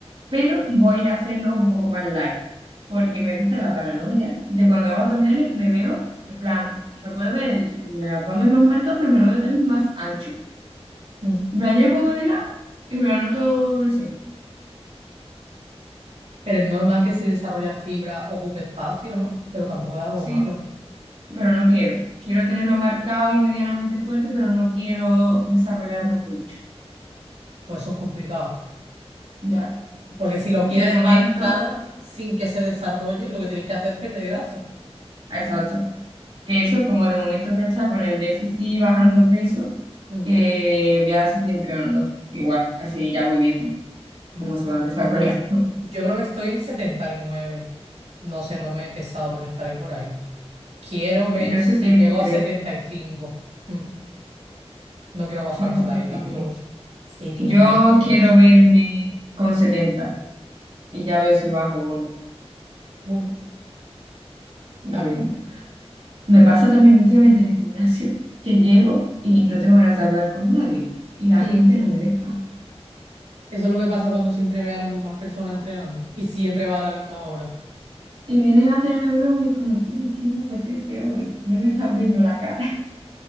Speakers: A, on the right; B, on the right.
A: pero voy a hacerlo un poco más light, porque me entra la paranoia de cuando hago abdominales me veo, en plan, me puedo ver el, el abdomen más marcado, pero me lo veo también más ancho.
B: Mm.
A: En plan, yo me pongo de lado y me lo noto, no sé,
B: Pero es normal que si desarrollas fibra ocupe espacio, ¿no? Pero tampoco es algo
A: sí,
B: malo,
A: pero no quiero. Quiero tenerlo marcado y medianamente fuerte, pero no quiero desarrollarlo mucho.
B: pues eso es complicado.
A: Ya,
B: Porque si lo quieres
A: yo de momento,
B: marcar sin que se desarrolle, lo que tienes que hacer es perder grasa.
A: exacto, que eso, como de momento voy a estar con el déficit bajando peso,
B: Mm.
A: que voy a seguir entrenando igual, así ya voy viendo.
B: Bueno,
A: cómo se van desarrollando.
B: yo creo que estoy en setenta y nueve No sé, no me he pesado, pero estaré por ahí. Quiero
A: <laughs>
B: ver
A: Yo
B: si
A: 73,
B: llego a 75. Mm, No quiero bajar
A: soy en
B: más
A: 73.
B: de ahí tampoco. setenta
A: Yo
B: y tres
A: quiero verme con 70 y ya veo si bajo o no.
B: Bueno,
A: ahí
B: está
A: voy
B: bien.
A: viendo. Me pasa también últimamente en el gimnasio que llego y no tengo ganas de hablar con nadie y la
B: Mm,
A: gente no me deja.
B: Eso es lo que pasa cuando siempre ve a las mismas personas entrenando y siempre va a la misma hora.
A: Y vienen a hacerme broma y es como, tío, es que no me apetece hoy, no me están viendo la cara. <laughs>